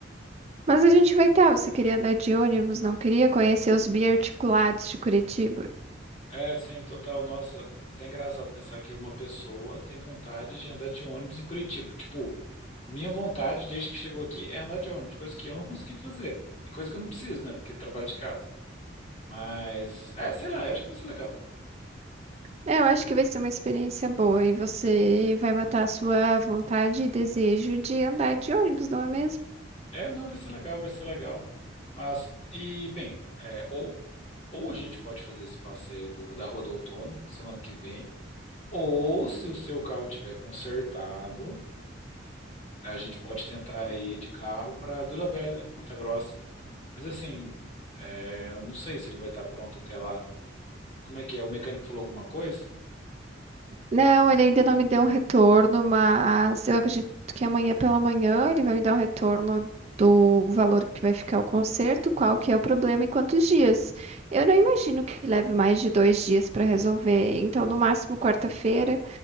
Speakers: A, on the right; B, on the left.
A: Mas a gente vai estar. Você queria andar de ônibus, não queria conhecer os biarticulados de Curitiba?
B: É, sim, total. Nossa, até engraçado pensar que uma pessoa tem vontade de andar de ônibus em Curitiba. Tipo, minha vontade desde que chegou aqui é andar de ônibus, coisa que eu não <laughs> consegui fazer. E coisa que eu não preciso, né? Porque eu trabalho de casa. Mas, é, sei lá, eu acho que vai ser legal.
A: É, eu acho que vai ser uma experiência boa e você vai matar a sua vontade e desejo de andar de ônibus, não é mesmo?
B: É, não, vai ser legal, vai ser legal. Mas, e, bem, é, ou, ou a gente pode fazer esse passeio do, da Rua do Outono semana que vem, ou se o seu carro tiver consertado, a gente pode tentar ir de carro para Vila Velha, em Ponta Grossa. Mas assim, é, eu não sei se ele vai estar pronto até lá. Como é que é? O mecânico falou alguma coisa?
A: Não, ele ainda não me deu um retorno, mas eu acredito que amanhã pela manhã ele vai me dar um retorno do valor que vai ficar o conserto, qual que é o problema e quantos dias. Eu não imagino que leve mais de dois dias para resolver, então no máximo quarta-feira